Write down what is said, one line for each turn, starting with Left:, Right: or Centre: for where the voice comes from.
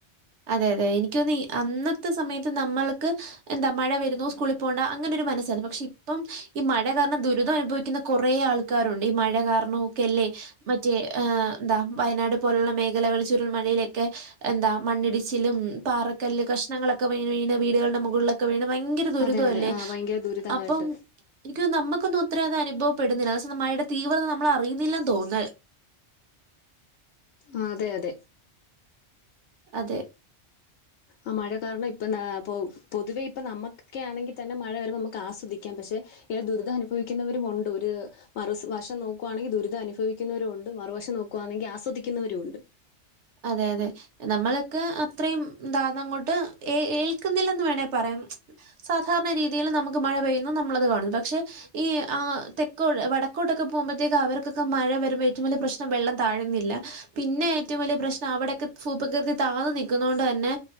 Right: അതെ അതെ എനിക്ക് തോനുന്നു അന്നത്തെ സമയത്ത് നമ്മൾക്ക് എന്താ മഴ വരുന്നു സ്കൂളിൽ പോണ്ട അങ്ങനെ ഒരു മനസല്ലെ പക്ഷെ ഇപ്പം ഈ മഴാകാ ദുരിതം അനുഭവിക്കുന്ന കുറെ ആൾക്കാരുണ്ട് ഈ മഴ കാരണൊക്കല്ലേ മറ്റ് എന്താ വയനാട് പോലുള്ള മേഖലകൾ ചുരുൾ മഴയിലൊക്കെ എന്താ മണ്ണിടിച്ചിലും പാറക്കല് കഷ്ണങ്ങളൊക്കെ വണ് വീടുകളുടെ മുകളിലൊക്കെ വീണ് ഭയങ്കര ദുരിതല്ലേ
Left: അതെ അതെ ആ ഭയങ്കര ദുരിതമായിട്ട്
Right: അപ്പം എനിക്ക് തോനുന്നു നമുക്കൊന്നും ഒത്തിരി അനുഭവപ്പെടുന്നില്ല തീവ്രത നമ്മൾ അറിയുന്നില്ലെന്ന് തോന്നുന്നു.
Left: ആഹ് അതെ അതെ
Right: അതെ
Left: ആ മഴ കാരണം ഇപ്പം പൊതുവെ ഇപ്പം നമുകക്കെ ആണെങ്കിൽ തന്നെ മഴ വരുമ്പോ നമുക്ക് ആസ്വദിക്കാം പക്ഷേ ഇങ്ങനെ ദുരിതം അനുഭവിക്കുന്നവരു ഉണ്ട് ഒരു മറു വശം നോക്കുവാണെങ്കിൽ ദുരിത അനുഭിക്കുന്നരും ഉണ്ട് മറുവശം നോക്കുവാണങ്കിൽ ആസ്വദിക്കുന്നവരും ഉണ്ട്
Right: അതെ അതെ നമ്മളക്ക് അത്രയും ദാദങ്ങോട്ട് ഏൽക്കുന്നില്ലന്ന് വേണെ പറയാം സാധാരണ രീതിയിൽ നമുക്ക് മഴ പെയ്യുന്ന നമ്മളത് കാണുന്നു പക്ഷെ ഈ ആ തെക്കോട് വടക്കോടൊക്കെ പോകുമ്പോഴത്തേക്ക് അവർക്കൊക്കെ മഴ വരുമ്പോ ഏറ്റവും വലിയ പ്രശ്നം വെള്ളം താഴ്ന്നില്ല പിന്നെ ഏറ്റവും വലിയ പ്രശ്നം അവിടെക്കെ ഫൂ പ്രകൃതി താന്ന് നിക്ക്ന്നാേണ്ട് തന്നെ